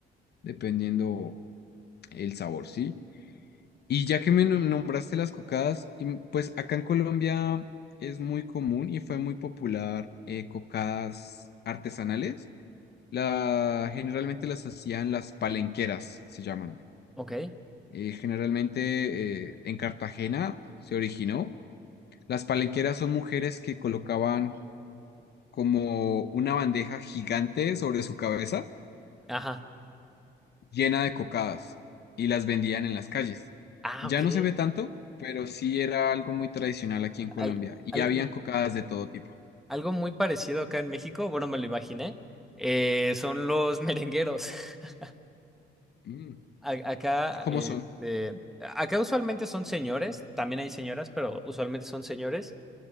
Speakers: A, on the left; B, in the centre.
A: dependiendo el sabor, ¿sí? Y ya que me nom- nombraste las cocadas, y m- pues acá en Colombia es muy común y fue muy popular eh, cocadas artesanales. La, generalmente las hacían las palenqueras, se llaman.
B: Ok.
A: eh, generalmente eh, en Cartagena se originó. Las palenqueras son mujeres que colocaban como una bandeja gigante sobre su cabeza
B: Ajá.
A: llena de cocadas y las vendían en las calles.
B: Ah,
A: Ya
B: ok.
A: no se ve tanto, pero sí era algo muy tradicional aquí en Colombia
B: Al-
A: y
B: al-
A: habían
B: al-
A: cocadas de todo tipo.
B: Algo muy parecido acá en México, bueno, me lo imaginé, eh, son los merengueros. <laughs>
A: Mm,
B: A- Acá,
A: ¿Cómo
B: eh,
A: son?
B: eh, acá usualmente son señores, también hay señoras, pero usualmente son señores,